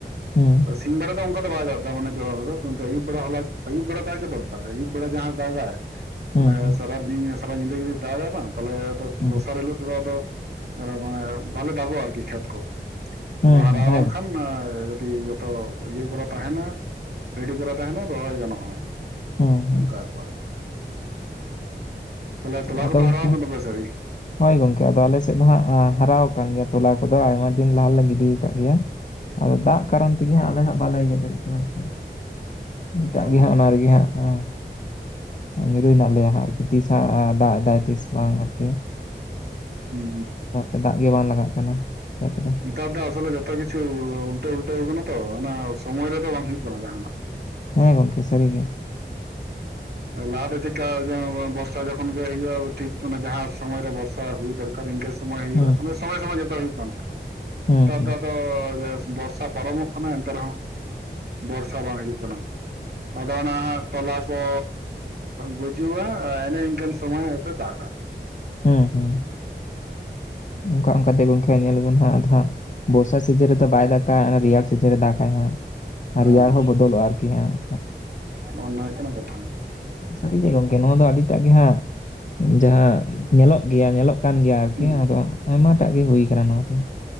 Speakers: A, on the left (about 45°); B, on the right (about 65°).
A: ᱦᱩᱸ
B: ᱥᱤᱧ ᱵᱮᱲᱟ ᱫᱚ ᱚᱱᱠᱟ ᱚᱱᱠᱟ ᱫᱚ ᱵᱟᱭ ᱫᱟᱜ ᱫᱟ, ᱢᱟᱱᱮ ᱦᱚᱞᱟ ᱠᱤᱱᱛᱩ ᱟᱹᱭᱩᱵ ᱵᱮᱲᱟ ᱟᱭᱩᱵ ᱵᱮᱲᱟ, ᱦᱚᱞᱟ ᱟᱹᱭᱩᱵ ᱵᱟᱲᱟ ᱫᱟᱜ ᱫᱚᱨᱠᱟᱨ ᱟᱭᱩᱵ ᱵᱮᱲᱟ ᱡᱟᱦᱟᱸ ᱫᱟᱜᱟᱭ
A: ᱦᱩᱸ
B: ᱢᱟᱱᱮ
A: ᱦᱩᱸ
B: ᱥᱟᱨᱟ ᱫᱤᱱ ᱥᱟᱨᱟ ᱧᱤᱫᱟᱹ ᱡᱩᱫᱤ ᱫᱟᱜᱟᱭ ᱵᱟᱝ ᱛᱟᱦᱞᱮ ᱟᱫᱚ
A: ᱦᱩᱸ
B: ᱫᱚᱥᱟᱨ ᱦᱤᱞᱳᱜ ᱛᱮᱫᱚ ᱟᱫᱚ ᱢᱟᱱᱮ ᱵᱟᱞᱮ ᱫᱟᱜᱚᱜᱼᱟ ᱟᱨᱠᱤ ᱠᱷᱮᱛ ᱠᱚ
A: ᱦᱩᱸ
B: ᱛᱚᱞᱟ ᱦᱟᱨᱟ
A: ᱦᱩᱸ ᱦᱮᱸ
B: ᱵᱟᱝᱠᱷᱟᱱ
A: ᱜᱚᱝᱠᱮ
B: ᱡᱩᱫᱤ- ᱛᱚ ᱤᱭᱟᱹ ᱠᱚᱨᱟ ᱛᱟᱦᱮᱸᱱᱟ ᱾ ᱨᱮᱰᱤ ᱠᱚᱨᱟ ᱛᱟᱦᱮᱸᱱᱟ ᱨᱚᱦᱚᱭ ᱜᱟᱱᱚᱜᱼᱟ,
A: ᱦᱩᱸ ᱦᱩᱸ
B: ᱚᱱᱠᱟ ᱵᱮᱯᱟᱨ ᱾ ᱛᱟᱦᱚᱞᱮ ᱛᱚᱞᱟ
A: ᱟᱫᱚ
B: ᱠᱚᱫᱚ
A: ᱜᱚᱝᱠᱮ
B: ᱦᱟᱨᱟᱣ ᱠᱟᱱ ᱛᱟᱯᱮᱭᱟ ᱥᱮ ᱟᱣᱨᱤ?
A: ᱦᱳᱭ ᱜᱚᱝᱠᱮ ᱟᱫᱚ ᱟᱞᱮ ᱥᱮᱫ ᱫᱚ ᱦᱟᱸᱜ ᱦᱟᱨᱟ ᱠᱟᱱ ᱜᱮᱭᱟ, ᱛᱚᱞᱟ ᱠᱚᱫᱚ ᱟᱭᱢᱟ ᱫᱤᱱ ᱞᱟᱦᱟᱞᱮ ᱜᱤᱰᱤ ᱠᱟᱜ ᱜᱮᱭᱟ ᱾ ᱟᱫᱚ ᱫᱟᱜ ᱠᱟᱨᱚᱱ ᱛᱮᱜᱮ ᱦᱟᱸᱜ ᱟᱞᱮ ᱦᱟᱸᱜ ᱵᱟᱞᱮ ᱤᱭᱟᱹ ᱫᱟᱲᱮᱜ ᱠᱟᱱᱟ ᱟᱨᱠᱤ ᱾ ᱮᱴᱟᱜ
B: ᱚ
A: ᱜᱮ ᱦᱟᱸᱜ ᱚᱱᱟ ᱨᱮᱜᱮ ᱦᱟᱸᱜ ᱧᱩᱨᱩ ᱦᱮᱱᱟᱜ ᱞᱮᱭᱟ ᱦᱟᱸᱜ ᱛᱤᱥ ᱦᱟᱸᱜ ᱫᱟᱜ ᱫᱟᱭ ᱛᱤᱥ ᱠᱷᱚᱱ ᱟᱨᱠᱤ
B: ᱦᱩᱸ
A: ᱾ ᱫᱟᱜ ᱜᱮ ᱵᱟᱝ ᱞᱟᱜᱟᱜ ᱠᱟᱱᱟ ᱠᱷᱮᱛ ᱨᱮ ᱾
B: ᱱᱮᱛᱟᱨ ᱫᱚ ᱟᱥᱚᱞᱮ ᱡᱚᱛᱚ ᱠᱤᱪᱷᱩ ᱩᱞᱴᱟᱹ ᱩᱞᱴᱟᱹᱣ ᱠᱟᱱᱟ ᱛᱚ, ᱚᱱᱟ ᱥᱚᱢᱚᱭ ᱨᱮᱫᱚ ᱵᱟᱝ ᱦᱩᱭᱩᱜ ᱠᱟᱱᱟ ᱡᱟᱦᱟᱸᱱᱟᱜ ᱾
A: ᱦᱮᱸ ᱜᱚᱢᱠᱮ ᱥᱟᱹᱨᱤᱜᱮ ᱾
B: ᱞᱟᱦᱟᱛᱮ ᱪᱮᱫᱠᱟ ᱵᱚᱨᱥᱟ ᱡᱚᱠᱷᱚᱱ ᱜᱮ ᱦᱩᱭᱩᱜᱼᱟ, ᱴᱷᱤᱠ ᱡᱟᱦᱟᱸ ᱥᱚᱢᱚᱭᱨᱮ ᱵᱚᱨᱥᱟ ᱦᱩᱭ ᱫᱚᱨᱠᱟᱨ ᱾ ᱱᱤᱝᱠᱟᱹ ᱥᱚᱢᱚᱭ ᱦᱩᱭᱩᱜᱼᱟ,
A: ᱦᱩᱸ
B: ᱱᱚᱠᱟ ᱥᱚᱢᱚᱭ ᱥᱚᱢᱚᱭ ᱡᱚᱛᱚ ᱦᱩᱭᱩᱜ ᱠᱟᱱ ᱛᱟᱦᱮᱸᱫ,
A: ᱦᱩᱸ
B: ᱱᱮᱛᱟᱨ
A: ᱦᱩᱸ
B: ᱫᱚ ᱟᱫᱚ ᱵᱚᱨᱥᱟ ᱯᱟᱨᱚᱢᱚᱜ ᱠᱟᱱᱟ ᱮᱱᱛᱮ ᱨᱮᱦᱚᱸ ᱵᱚᱨᱥᱟ ᱵᱟᱝ ᱦᱤᱡᱩᱜ ᱠᱟᱱᱟ ᱾ ᱟᱫᱚ ᱚᱱᱟ ᱦᱟᱸᱜ ᱛᱚᱞᱟ ᱠᱚ ᱜᱩᱡᱩᱜᱼᱟ, ᱮᱱᱮ ᱤᱱᱠᱟᱹᱱ ᱥᱚᱢᱚᱭ ᱦᱚᱭᱛᱚ ᱫᱟᱜᱟ ᱾
A: ᱦᱩᱸᱻᱦᱩᱸᱻ, ᱚᱱᱠᱟ ᱚᱱᱠᱟᱛᱮ ᱜᱚᱝᱠᱮ ᱧᱮᱞ ᱟᱵᱚᱱ ᱦᱟᱸᱜ ᱟᱫᱚ ᱦᱟᱸᱜ ᱵᱚᱨᱥᱟ ᱥᱤᱡᱤᱱ ᱨᱮᱫᱚ ᱵᱟᱭ ᱫᱟᱜᱟᱭ, ᱨᱮᱭᱟᱲ ᱥᱤᱡᱮᱱ ᱨᱮ ᱫᱟᱜᱟᱭ ᱦᱟᱸᱜ ᱾ ᱟᱨ
B: ᱦᱮᱸ
A: ᱨᱮᱭᱟᱲ ᱦᱚᱸ ᱵᱚᱫᱚᱞᱚᱜᱼᱟ ᱟᱨᱠᱤ ᱦᱮᱸᱻ,
B: ᱚᱱᱟ ᱦᱩᱭᱩᱜ ᱠᱟᱱᱟ ᱠᱟᱛᱷᱟ ᱾
A: ᱥᱟᱹᱨᱤ ᱜᱮ ᱜᱚᱝᱠᱮ ᱱᱚᱣᱟ ᱫᱚ ᱟᱹᱰᱤᱴᱟᱜ ᱜᱮ ᱦᱟᱸᱜ ᱡᱟᱦᱟᱸ ᱧᱮᱞᱚᱜ ᱜᱮᱭᱟ ᱧᱮᱞᱚᱜ ᱠᱟᱱ ᱜᱮᱭᱟ ᱟᱨᱠᱤ
B: ᱦᱩᱸ
A: ᱟᱫᱚ, ᱟᱭᱢᱟᱴᱟᱜ ᱜᱮ ᱦᱩᱭ ᱠᱟᱱᱟ ᱱᱚᱣᱟ ᱫᱚ ᱾